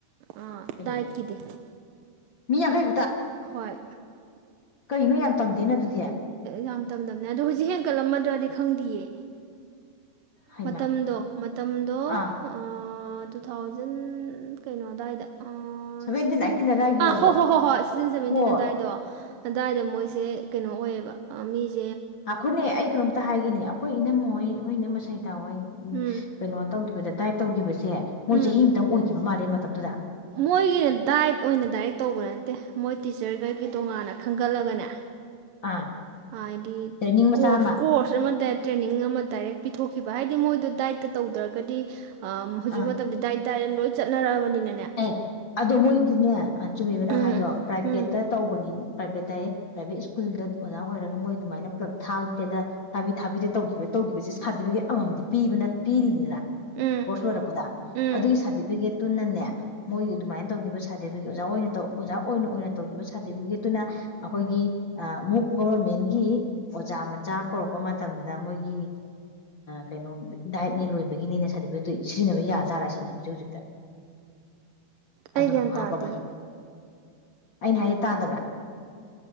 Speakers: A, on the right (about 70°); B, on the left (about 35°).
A: ꯑ
B: ꯀꯔꯤ
A: ꯗꯥꯏꯠꯀꯤꯗꯤ
B: ꯃꯤ ꯌꯥꯡꯈꯩ
A: ꯍꯣꯏ
B: ꯀꯩꯒꯤꯅꯣ ꯌꯥꯝ ꯇꯝꯗꯦꯅ ꯗꯨꯗ
A: ꯌꯥꯝ ꯇꯝꯗꯝꯅꯦ ꯑꯗꯣ ꯍꯨꯖꯤꯛ ꯍꯦꯟꯀꯠꯂꯝꯃꯗ꯭ꯔꯗꯤ ꯈꯪꯗꯤꯌꯦ
B: ꯍꯩꯃ
A: ꯃꯇꯝꯗꯣ ꯃꯇꯝꯗꯣ
B: ꯑꯥ
A: ꯑꯥ ꯇꯨ ꯊꯥꯎꯖꯟ ꯀꯩꯅꯣ ꯑꯗꯋꯥꯏꯗ ꯑꯥ
B: ꯁꯚꯦꯟꯇꯤꯟ
A: ꯁꯤꯛꯁꯇꯤꯟ
B: ꯑꯥꯏꯠꯇꯤꯟ ꯑꯗꯥꯏꯒꯤ
A: ꯑꯥ
B: ꯋꯥꯔꯤꯔꯣ
A: ꯍꯣ ꯍꯣ ꯍꯣ ꯍꯣꯏ ꯁꯤꯛꯁꯇꯤꯟ ꯁꯚꯦꯟꯇꯤꯟ
B: ꯍꯣꯏ
A: ꯑꯗꯥꯏꯗꯣ ꯑꯗꯥꯏꯗ ꯃꯣꯏꯁꯦ ꯀꯦꯅꯣ ꯑꯣꯏꯑꯕ ꯃꯤꯖ
B: ꯑꯥꯈꯣꯅꯦ ꯑꯩ ꯀꯅꯣꯝꯇ ꯍꯥꯏꯒꯦꯅꯦ ꯑꯈꯣꯏ ꯏꯅꯝꯃꯍꯣꯏ ꯑꯈꯣꯏ ꯏꯅꯝꯃ ꯁꯩꯠ ꯇ ꯍꯣꯏ
A: ꯎꯝ
B: ꯀꯩꯅꯣ ꯇꯧꯒꯤꯕꯗꯠ ꯀꯗꯥꯏ ꯇꯧꯈꯤꯕꯁꯦ ꯃꯣꯏ
A: ꯎꯝ
B: ꯆꯍꯤ ꯑꯃꯇꯪ ꯑꯣꯏꯈꯤꯕ ꯃꯥꯜꯂꯦ ꯃꯇꯝꯗꯨꯗ
A: ꯃꯣꯏꯒꯤꯅ ꯗꯥꯏꯠ ꯑꯣꯏꯅ ꯗꯥꯏꯔꯦꯛ ꯇꯧꯕ꯭ꯔꯥ ꯅꯠꯇꯦ ꯃꯣꯏ ꯇꯤꯆꯔꯈꯒꯤ ꯇꯣꯉꯥꯟꯅ ꯈꯟꯒꯠꯂꯒꯅꯦ
B: ꯑꯥ
A: ꯑ ꯍꯥꯏꯗꯤ
B: ꯇ꯭ꯔꯦꯅꯤꯡ ꯃꯆꯥ
A: ꯀꯣꯔꯁ
B: ꯑꯃ
A: ꯀꯣꯔꯁ ꯃ ꯇ꯭ꯔꯦꯅꯤꯡ ꯑꯃ ꯗꯥꯏꯔꯦꯛ ꯄꯤꯊꯣꯛꯈꯤꯕ ꯍꯥꯏꯗꯤ ꯃꯣꯏꯗꯣ ꯗꯥꯏꯠꯇ ꯇꯧꯗ꯭ꯔꯒꯗꯤ ꯍꯧꯖꯤꯛ
B: ꯑꯥ
A: ꯃꯇꯝꯗ ꯗꯥꯏꯠ ꯗꯥꯏꯔꯦꯟ ꯂꯣꯏ ꯆꯠꯅꯔꯛꯑꯕꯅꯤꯅ
B: ꯑꯦ ꯑꯗꯣ ꯃꯣꯏꯗꯤꯅꯦ ꯆꯨꯝꯃꯤꯕꯅ
A: ꯎꯝ
B: ꯍꯥꯏꯗꯣ ꯄ꯭ꯔꯥꯏꯚꯦꯠꯇ
A: ꯎꯝ
B: ꯇꯧꯕꯅꯤ ꯄ꯭ꯔꯥꯏꯚꯦꯠ ꯍꯥꯏꯥꯏꯌꯦ ꯄ꯭ꯔꯥꯏꯚꯦꯠ ꯁ꯭ꯀꯨꯜꯗ ꯑꯣꯖꯥ ꯑꯣꯏꯔꯒ ꯃꯣꯏ ꯑꯗꯨꯃꯥꯏꯅ ꯄꯨꯂꯞ ꯊꯥꯕꯗꯦꯗ ꯊꯥꯕꯤ ꯊꯥꯕꯤꯗ ꯇꯧꯈꯤꯕ ꯇꯧꯈꯤꯕꯁꯤ ꯁꯥꯔꯇꯤꯐꯤꯀꯦꯠ ꯑꯃꯃꯝꯗꯤ ꯄꯤꯕꯅ ꯄꯤꯔꯤꯅꯤꯗꯅ
A: ꯎꯝ
B: ꯀꯣꯔꯁ ꯂꯣꯏꯔꯛꯄꯗ
A: ꯎꯝ
B: ꯑꯗꯨꯒꯤ ꯁꯥꯔꯇꯤꯐꯤꯀꯦꯠ ꯇꯨꯟꯅꯅꯦ ꯃꯣꯏꯒꯤ ꯑꯗꯨꯃꯥꯏꯅ ꯇꯧꯈꯤꯕ ꯁꯥꯔꯇꯤꯐꯤꯀꯦꯠ ꯑꯣꯖꯥ ꯑꯣꯏꯅꯧ ꯑꯣꯖꯥ ꯑꯣꯏꯅ ꯇꯧꯈꯤꯕ ꯁꯥꯔꯇꯤꯐꯤꯀꯦꯠꯇꯨꯅ ꯑꯩꯈꯣꯏꯒꯤ ꯑꯃꯨꯛ ꯒꯣꯚꯔꯃꯦꯟꯒꯤ ꯑꯣꯖꯥ ꯃꯆꯥ ꯀꯧꯔꯛꯄ ꯃꯇꯝꯗ ꯃꯣꯏꯒꯤ ꯀꯩꯅꯣ ꯗꯥꯏꯠꯅꯦ ꯂꯣꯏꯕꯒꯤꯅꯤꯅ ꯁꯥꯔꯇꯤꯐꯤꯀꯦꯠꯇꯨ ꯁꯤꯖꯤꯟꯅꯕ ꯌꯥꯖꯥꯔꯁꯤꯅꯦ ꯍꯧꯖꯤꯛ ꯍꯧꯖꯤꯛꯇ
A: ꯑꯩ
B: ꯑꯗꯨꯝ
A: ꯒ꯭ꯌꯥꯟ ꯇꯥꯗꯤ
B: ꯍꯥꯞꯄꯒ ꯑꯩꯅ ꯍꯥꯏꯁꯦ ꯇꯥꯗꯕ꯭ꯔꯥ